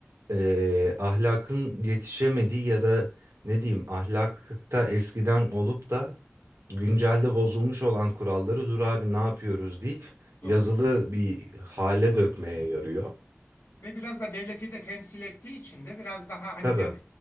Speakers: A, on the right; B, on the left.
A: eee, ahlakın yetişemediği ya da ne diyeyim ahlakta eskiden olup da güncelde bozulmuş olan kuralları dur abi ne yapıyoruz deyip
B: Doğru.
A: yazılı bir hale
B: Hmm.
A: dökmeye yarıyor.
B: Ve biraz da devleti de temsil ettiği için de biraz daha hani
A: Tabii.
B: de,